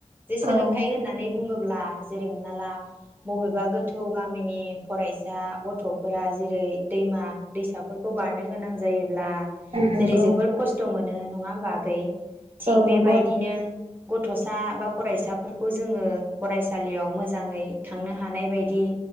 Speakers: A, on the right; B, on the right.
A: जे सोलोंथाइ
B: औ
A: होननानै बुङोब्ला जेरै हमना ला बबेबा गोथौ गामिनि फरायसा गथ' फोरा जेरै दैमा दैसाफोरखौ बारनो गोनां जायो ब्ला
B: नंगौ
A: जेरै जोबोर खस्थ' मोनो नङा होनबा आगै थिग
B: औ
A: बेबायदिनो
B: नंगौ
A: गथ'सा बा फरायसाफोरखौ जोङो फरायसालियाव मोजाङै थांनो हानाय बायदि